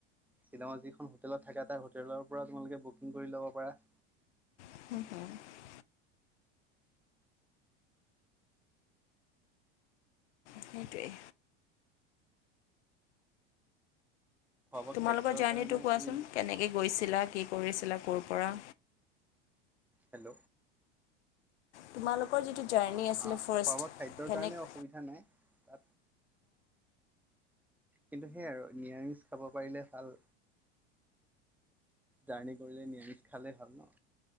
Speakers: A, in the centre; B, on the left (about 80°).
A: শ্বিলঙত যিখন হোটেলত থাকা তাৰ হোটেলৰ পৰা তোমালোকে বুকিং কৰি ল'ব পাৰা।
B: <unintelligible> সেইটোৱেই।
A: খোৱা বোৱা
B: তোমালোকৰ
A: খাদ্যৰ
B: জাৰ্ণিটো
A: কাৰণে
B: কোৱাচোন
A: তুমি
B: কেনেকৈ গৈছিলা কি কৰিছিলা, ক'ৰ পৰা।
A: হেল্ল,
B: তোমালোকৰ যিটো জাৰ্ণি
A: অ
B: আছিলে ফাৰ্ষ্ট
A: খোৱা বোৱা খাদ্যৰ
B: কেনেক
A: কাৰণে অসুবিধা নাই। তাত কিন্তু সেয়াই আৰু নিৰামিষ খাব পাৰিলে ভাল। জাৰ্ণি কৰিলে নিৰামিষ খালেই ভাল ন,